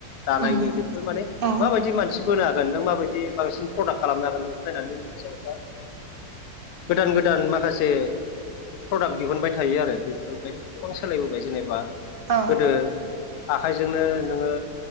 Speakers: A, on the left (about 65°); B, on the right (about 40°).
A: दानायनि
B: उम
A: बेफोर माने
B: औ
A: माबायदि मानसि होनोनो हागोन नों माबायदि बांसिन प्रडाक्ट खालामनो हागोन बेखौ नायनानै जेनेबा गोदान गोदान माखासे प्रडाक्ट दिहुनबाय थायो आरो बेफोरबाय गोबां सोलायबोबाय जेनेबा
B: औ
A: गोदो आखाइजोंनो नोङो